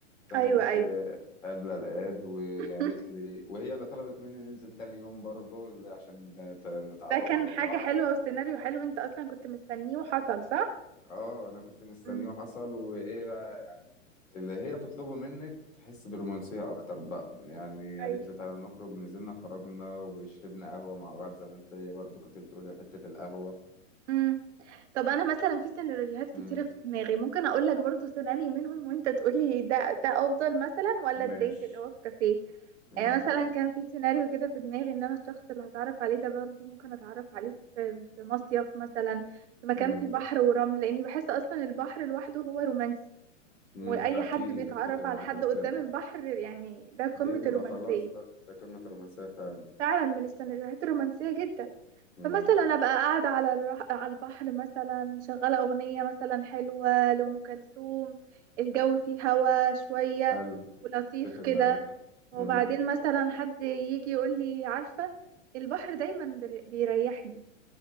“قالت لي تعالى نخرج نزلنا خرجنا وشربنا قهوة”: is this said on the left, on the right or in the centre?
Left